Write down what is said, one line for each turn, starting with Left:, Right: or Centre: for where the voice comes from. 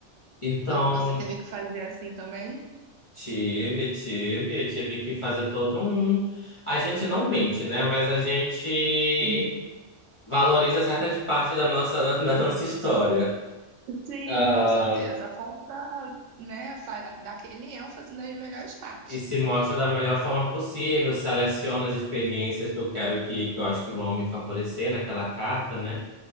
Left: Então.
Right: E você teve que fazer assim também?
Left: Tive, tive, tive que fazer todo um. A gente não mente, né? Mas a gente
Right: Sim,
Left: valoriza certas partes da nossa, <laughs> da nossa história.
Right: Sim,
Left: Ah,
Right: com certeza. A conta, né, faz, dá aquele ênfase nas melhores partes.
Left: e se mostra da melhor forma possível, seleciona as experiências que eu quero que, que eu acho que vão me favorecer naquela carta, né?